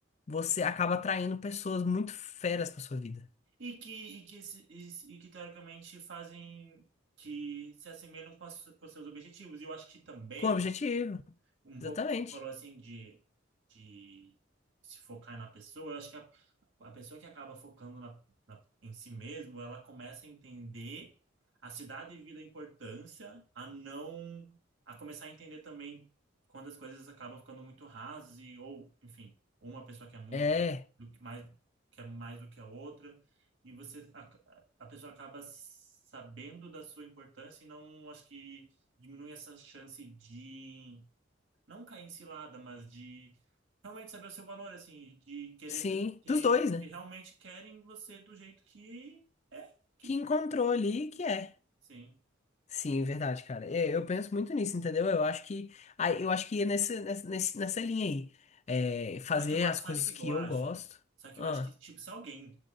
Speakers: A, on the left (about 35°); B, on the right (about 80°).
A: você acaba atraindo pessoas muito feras pra sua vida.
B: E que, e que, se- e, se- e que teoricamente fazem que se assemelham com, as, com seus objetivos. E eu acho que também
A: Com objetivo,
B: um pouco
A: exatamente.
B: que você falou assim de, de se focar na pessoa, eu acho que a, a pessoa que acaba focando na, na- em si mesmo, ela começa a entender a se dar devida importância, a não, a começar a entender também quando as coisas acabam ficando muito rasas e, ou, enfim, uma pessoa quer muito
A: É,
B: do que mais quer mais do que a outra, e você a, a pessoa acaba sabendo da sua importância e não acho que diminui essa chance de não cair em cilada, mas de realmente saber o seu valor, assim, de querer
A: Sim,
B: pessoas que,
A: dos dois, né?
B: que realmente querem você do jeito que é, que
A: Que encontrou ali que é.
B: sim.
A: Sim, verdade, cara. É, Eu penso muito nisso, entendeu? Eu acho que, aí eu acho que é nessa, nessa, nesse- nessa linha aí. É, fazer
B: Só que eu, a-
A: as
B: sabe
A: coisas
B: o que
A: que
B: que eu acho?
A: eu gosto.
B: Só que
A: Ah,
B: eu acho que, tipo, se alguém